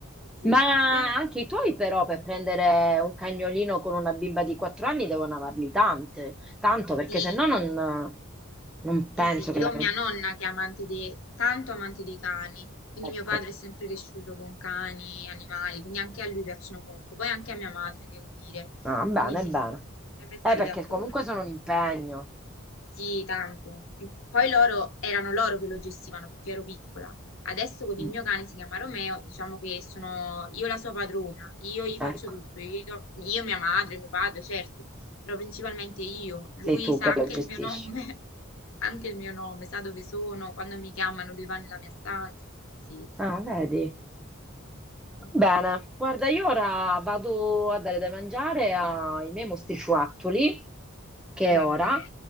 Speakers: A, in the centre; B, on the left (about 75°).
A: Ma
B: E lui disse, "Eh,
A: anche i tuoi però per prendere un cagnolino con una bimba di 4 anni devono amarli tante, tanto perché
B: sì.
A: se no non, non penso
B: Sì, sì,
A: che
B: io
A: l'avrebbe...
B: ho mia nonna che è amante dei, tanto amante dei cani, quindi
A: Ecco,
B: mio padre è sempre cresciuto con cani, animali, quindi anche a lui piacciono molto, poi anche a mia madre, devo dire,
A: Ah, bene,
B: quindi sì,
A: bene.
B: sì, sono sempre stati
A: Eh, perché
B: d'accordo.
A: comunque sono un impegno.
B: Sì, tanto. Poi loro erano loro che lo gestivano perché ero piccola. Adesso con
A: Mm,
B: il mio cane, si chiama Romeo, diciamo che sono io la sua padrona, io gli
A: Ecco,
B: faccio tutto, io, gli do- io, mia madre, mio padre, certo, però principalmente io. Lui
A: sei tu
B: sa
A: che
B: anche
A: lo gestisci.
B: il mio nome, <laughs> anche il mio nome, sa dove sono, quando mi chiamano lui va nella mia stanza, quindi sì, sì,
A: Ah,
B: sì.
A: vedi.
B: Mm.
A: Bene, guarda, io ora vado a dare da mangiare ai miei mostrifuattoli, che è
B: Va
A: ora,
B: bene,